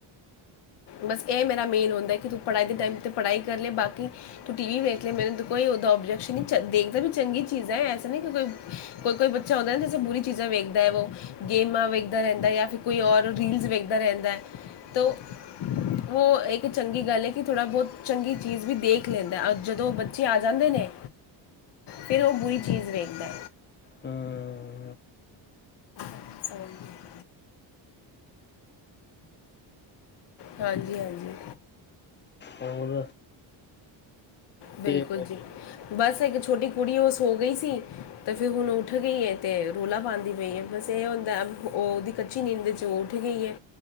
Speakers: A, on the left (about 55°); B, on the left (about 25°).
A: ਬਸ ਇਹ ਮੇਰਾ ਮੇਨ ਹੁੰਦਾ ਕਿ ਤੂੰ ਪੜ੍ਹਾਈ ਦੇ ਟਾਈਮ ਤੇ ਪੜ੍ਹਾਈ ਕਰ ਲੇ ਬਾਕੀ। ਤੂੰ ਟੀ ਵੀ ਵੇਖ ਲੈ ਮੈਨੂੰ ਤੂੰ ਕੋਈ, ਉਹਦਾ ਓਬਜੈਕਸ਼ਨ ਨਹੀਂ, ਦੇਖਦਾ, ਵੀ ਚੰਗੀ ਚੀਜ਼, ਹੈ ਐਸਾ ਨਹੀਂ ਕਿ, ਕੋਈ। ਕੋਈ ਕੋਈ ਬੱਚਾ ਆਉਂਦਾ ਨਾ ਜੇਸੇ ਬੁਰੀ ਚੀਜ਼ਾਂ ਵੇਖਦਾ ਹੈ ਵੋ, ਗੇਮਾਂ ਵੇਖਦਾ ਰਹਿੰਦਾ ਜਾਂ, ਫਿਰ ਕੋਈ ਔਰ, ਰੀਲਜ ਵੇਖਦਾ ਰਹਿੰਦਾ ਤੋ, ਉਹ ਇੱਕ ਚੰਗੀ, ਗੱਲ ਏ ਹੈ ਕਿ ਥੋੜ੍ਹਾ ਬਹੁਤ, ਚੰਗੀ ਚੀਜ਼ ਵੀ ਦੇਖ ਲੈਂਦਾ ਜਦੋਂ ਬੱਚੇ, ਆ ਜਾਂਦੇ ਨੇ, ਫਿਰ ਉਹ ਬੁਰੀ ਚੀਜ਼ ਵੇਖਦਾ,
B: ਹਮ।।
A: ਅ ਹਾਂਜੀ ਹਾਂਜੀ।
B: ਹੋਰ,
A: ਬਿਲਕੁਲ
B: ਤੇ
A: ਜੀ, ਬਸ ਇੱਕ ਛੋਟੀ ਕੁੜੀ ਉਹ ਸੋ ਗਈ ਸੀ। ਤੇ ਫਿਰ ਹੁਣ ਉੱਠ ਗਈਏ ਤੇ, ਰੌਲਾ ਪਾਾਂਂਦੀ ਪਈ ਹੈ ਬਸ ਇਹ ਹੋਦਾ ਉਹ ਉਹਦੀ, ਕੱਚੀ ਨੀਂਦ ਚ ਉਹ ਉੱਠ ਗਈ ਏ,